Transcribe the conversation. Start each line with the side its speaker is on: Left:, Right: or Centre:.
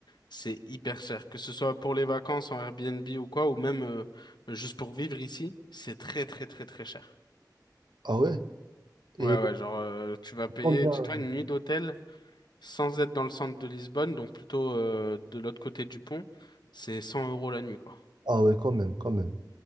Left: c'est hyper cher. Que ce soit pour les vacances en Airbnb ou quoi, ou même euh, juste pour vivre ici, c'est très, très, très, très cher.
Right: Ah ouais?
Left: Ouais,
Right: Et
Left: ouais, genre, euh, tu vas payer,
Right: combien?
Left: dis-toi, une nuit d'hôtel. sans être dans le centre de Lisbonne, donc plutôt euh, de l'autre côté du pont, c'est 100 euros la nuit, quoi.
Right: Ah ouais, quand même, quand même.